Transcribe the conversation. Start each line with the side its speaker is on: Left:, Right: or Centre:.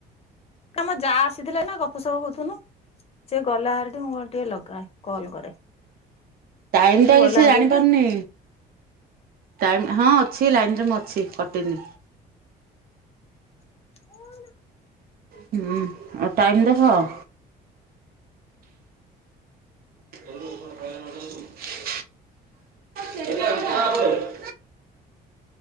Left: ଆମ ଯା ଆସିଥିଲେ ନା ଗପ ସପ ହଉଥୁନୁ। ସେ ଗଲାହାରି ଟୁ ମୁଁ କହିନି ଟିକେ ଲଗାଏ କଲ୍ କରେ।
Right: ଟାଇମ
Left: ସେ
Right: ଟା
Left: ଗଲା
Right: କିଛି
Left: ହାରି
Right: ଜାଣିପାରୁନି।
Left: ନା
Right: ଟାଇମ୍ ହଁ ଅଛି ଲାଇନ୍ ରେ ମୁଁ ଅଛି କଟିନି।
Left: <unintelligible>
Right: ହୁଁ, ଆଉ ଟାଇମ୍ ଦେଖ। <inaudible> <unintelligible> <unintelligible>